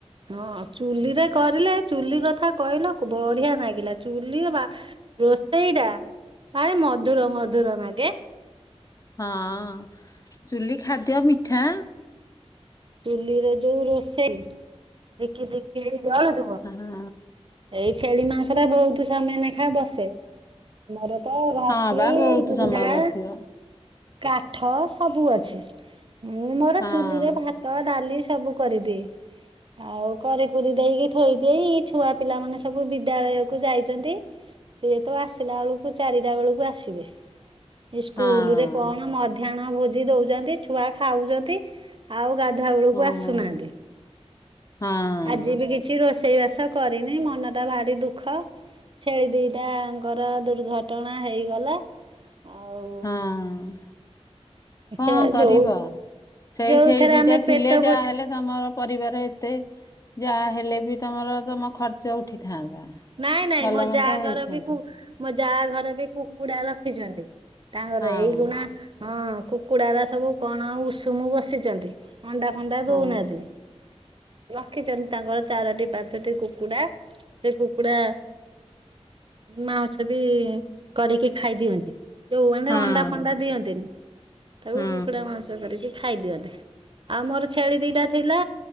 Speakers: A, on the right (about 50°); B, on the left (about 30°).
A: ହଁ ଚୁଲି ରେ କରିଲେ ଚୁଲି କଥା କହିଲ ବଢିଆ ଲାଗିଲା ଚୁଲି ରୋଷେଇ ଟା ଭାରି ମଧୁର ମଧୁର ଲାଗେ!
B: ହଁ ଚୁଲି ଖାଦ୍ୟ ମିଠା!
A: ଚୁଲିରେ ଯୋଉ ରୋଷେଇ ଧୀଖୀ ଧୀଖୀ ହେଇ ଜଳୁଥିବ
B: ହଁ
A: ଏଇ ଛେଳି ମାଂସ ଟା ବହୁତ ସମୟ ଲେଖାଏ ବସେ! ଆମର ତ ରାଶି
B: ହଁ ବା ବହୁତ
A: ଗୁଣ୍ଡା
B: ସମୟ ବସିବ
A: କାଠ ସବୁ ଅଛି ମୁଁ ମୋର
B: ହଁ
A: ଚୁଲିରେ ଭାତ ଡାଲି ସବୁ କରିଦିଏ! ଆଉ କରିିକୁରି ଦେଇକି ଥୋଇଦେଇ ଛୁଆ ପିଲା ମାନେ ସବୁ ବିଦ୍ୟାଳୟକୁୁ ଯାଇଛନ୍ତି! ସିଏ ତ ଆସିଲା ବେଳକୁ ଚାରିଟା ବେଳକୁ ଆସିବେ! ସ୍କୁଲ
B: ହଁ
A: ରେ କଣ ମଧ୍ୟାହ୍ନ ଭୋଜି ଦଉଛନ୍ତି ଛୁଆ ଖାଉଛନ୍ତି ଆଉ ସଂଧ୍ୟା ବେଳକୁ
B: ହଁ
A: ଆସୁନାହାନ୍ତି
B: ହଁ
A: ଆଜି ବି କିଛି କିଛି ରୋଷେଇ ବାସ କରିନି ମନଟା ଭାରି ଦୁଃଖ! ଛେଳି ଦିଟାଙ୍କର ଦୁର୍ଘଟଣା ହେଇଗଲା ଆଉ
B: ହଁ କଣ
A: ସେ
B: କରିବ?
A: ଯୋଉ
B: ସେଇ
A: ଯୋଉଥିରେ
B: ଛେଳି ଦିଟା
A: ଆମେ
B: ଥିଲେ
A: ପେଟ
B: ଯାହା
A: ପୋଷି
B: ହେଲେ ତମର ପରିବାର ଏତେ ଯାହା ହେଲେ ବି ତମର ତମ ଖର୍ଚ୍ଚ ଉଠିଥାନ୍ତା!
A: ନାଇଁ ନାଇଁ
B: ଭଲ
A: ମୋ
B: ମନ୍ଦ
A: ଯା ଘର
B: ହେଇଥାନ୍ତା
A: ବି ମୋ ଯା ଘର ବି କୁକୁଡା ରଖିଛନ୍ତି! ତାଙ୍କର
B: ହଁ
A: ଏଇ ଗୁଣା ହଁ କୁକୁଡାାର ସବୁ କଣ ଉଷୁମ ବସିଛନ୍ତି <inaudible> ଅଣ୍ଡା ଫଣ୍ଡା
B: ହଁ
A: ଦଉନାହାନ୍ତି! ରଖିଛନ୍ତି ତାଙ୍କର ଚାରୋଟି ପାଞ୍ଚଟି କୁକୁଡା ସେ କୁକୁଡ଼ା ମାଉଁସ ବି କରିକି ଖାଇଦିଅନ୍ତି! ଯୋଉ ମାନେ
B: ହଁ
A: ଅଣ୍ଡା ଫଣ୍ଡା ଦିଅନ୍ତିନି ତାକୁ
B: ହଁ
A: କୁକୁଡା ମାଂସ କରିକି ଖାଇ ଦିଅନ୍ତ! ଆଉ ମୋର ଛେଳି ଦିଟା ଥିଲା